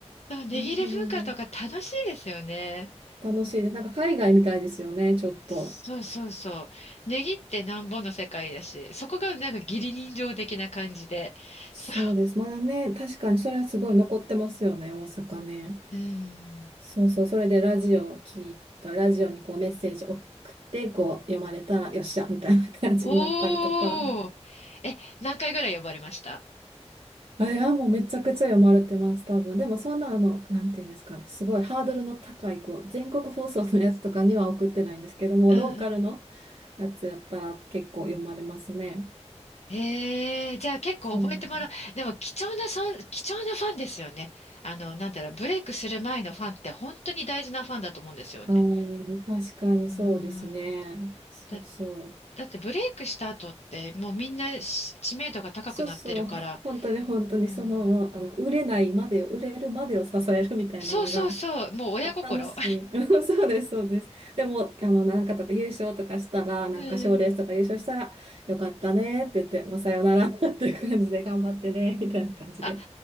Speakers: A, on the left; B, on the right.
A: そう、値切れ文化とか楽しいですよね。
B: なるほどね。楽しいです。なんか海外みたいですよね、ちょっと。
A: そうそうそう。値切ってなんぼの世界だし、そこがなんか義理人情的な感じで。
B: そうです。
A: そ
B: まだね、確かにそれはすごい残ってますよね、大阪ね。
A: う。<laughs> うん。
B: そうそう、それでラジオを聞いた、ラジオにこうメッセージ送って、こう読まれたら、よっしゃ、みたいな感じになったりとか。
A: おー。え、何回ぐらい呼ばれました
B: あ、いや、もうめちゃくちゃ読まれてます、多分。でもそんなあの、なんていうんですかね、すごいハードルの高い、こう、全国放送のやつとかには送ってないんですけども、
A: うん
B: ローカルの、やつやったら結構読まれますね。
A: へえ、じゃあ結構覚えてもらう。
B: そう。
A: でも貴重なそん、貴重なファンですよね。あの、なんだろう、ブレイクする前のファンって本当に大事なファンだと思うんですよね。
B: あー、確かにそうですね。
A: うーん。
B: そうそう。
A: だ、だってブレイクした後ってもうみんなし知名度が高くなってるから。
B: そうそう。本当に本当にその、
A: うーん。
B: あの、売れないまでを、売れるまでを支えるみたいなのが、
A: そうそうそう、もう親心。
B: た楽しい。<laughs> そうです、そうです。でも、あの、なんかとか優勝とかしたら、なんか賞レースとか優勝したら、
A: <laughs> うん。
B: よかったねって言って、もうさよならっていう感じで頑張ってね、みたいな感じで。
A: あ、